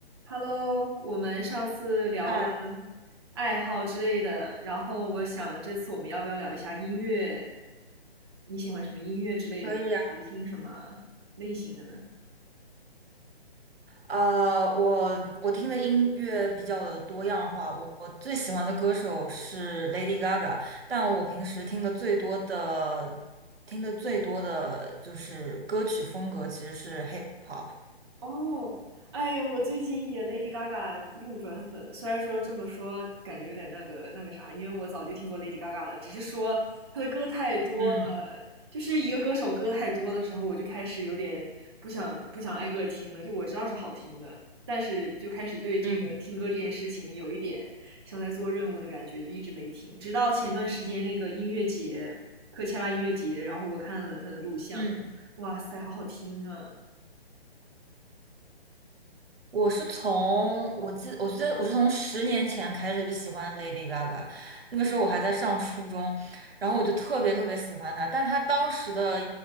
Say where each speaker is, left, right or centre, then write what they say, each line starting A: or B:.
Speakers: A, on the right (about 25°); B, on the right (about 70°).
A: Hello，我们上次聊了
B: 哎，
A: 爱好之类的，然后我想这次我们要不要聊一下音乐？你喜欢什么音乐之类的？
B: 可以啊。
A: 平时听什么类型的呢？
B: 呃，我我听的音乐比较的多样化，我我最喜欢的歌手是 Lady Gaga，但我平时听的最多的听的最多的就是歌曲风格其实是 hip hop。
A: 哦，哎呀，我最近也 Lady Gaga 路转粉了。虽然说这么说，感觉有点那个那个啥，因为我早就听过 Lady Gaga 了，只是说她的歌太多了，
B: 嗯
A: 就是一个歌手歌太多的时候，我就开始有点不想不想挨个听了。就我知道是好听的，但是就开始对这个听歌这件事情有一点像在做任务的感觉，
B: 嗯
A: 就一直没听。直到前段时间那个音乐节，科切拉音乐节，然后我看了他的录像，
B: 嗯。
A: 哇塞，好好听啊！
B: 我是从我记，我记得我是从十年前开始喜欢 Lady Gaga，那个时候我还在上初中，然后我就特别特别喜欢她，但她当时的